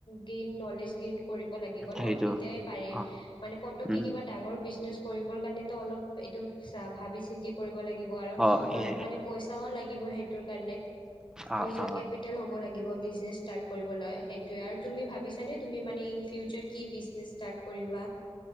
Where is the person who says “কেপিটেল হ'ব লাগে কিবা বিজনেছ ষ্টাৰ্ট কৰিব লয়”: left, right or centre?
Left